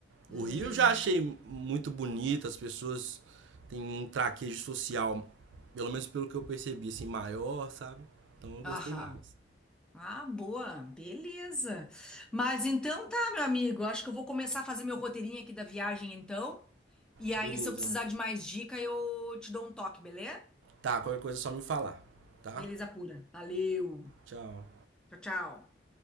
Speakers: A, in the centre; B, on the right.
A: Hum,
B: O Rio eu já achei muito bonito, as pessoas têm um traquejo social, pelo menos pelo que eu percebi, assim, maior, sabe? Então eu
A: aham.
B: gostei mais.
A: Ah, boa, beleza. Mas então tá, meu amigo. Acho que eu vou começar a fazer meu roteirinho aqui da viagem, então. E aí,
B: Beleza.
A: se eu precisar de mais dica, eu te dou um toque, beleza?
B: Tá, qualquer coisa é só me falar, tá?
A: Beleza pura. Valeu.
B: Tchau.
A: Tchau, tchau.